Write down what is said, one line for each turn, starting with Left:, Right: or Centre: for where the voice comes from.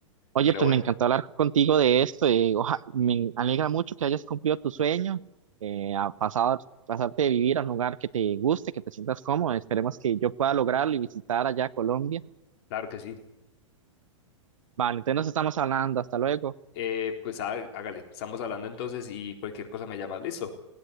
Right: Oye,
Left: Pero
Right: pues
Left: bueno,
Right: me encantó hablar contigo de esto, y, oja- me alegra mucho que hayas cumplido tu sueño, eh, a pasar, pasarte de vivir a un lugar que te guste, que te sientas cómodo. Esperemos que yo pueda lograrlo y visitar allá Colombia.
Left: claro que sí.
Right: Vale, entonces nos estamos hablando, hasta luego,
Left: Eh, pues há- hágale, estamos hablando entonces y cualquier cosa me llamas, listo.